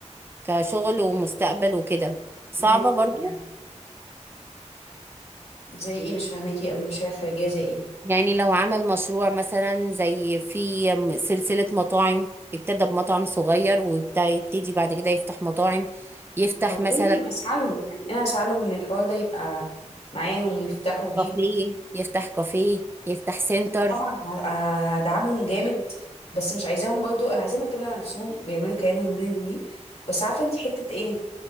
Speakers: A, on the right (about 20°); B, on the left (about 60°).
A: كشغل ومستقبل وكده صعبة
B: زي
A: برضو
B: ايه يعني زي ايه مش فاهماكي قوي مشاريع خارجيه زي ايه
A: يعني لو عمل مشروع مثلا زي في سلسلة مطاعم ابتدى بمطعم صغير ويبتدي بعد كده يفتح مطاعم يفتح
B: والله
A: مثلا
B: ما اسعالهم يعني انا اسعالهم ان الحوار ده يبقى معاهم ويفتحوا بيه
A: كافيه يفتح كافيه يفتح سنتر
B: طبعا ه- هدعمهم جامد بس مش عايزاهم برضو انا عايزاهم يعتمدوا على نفسهم ويعملوا كيانهم وي وي بس عارفه انت حته ايه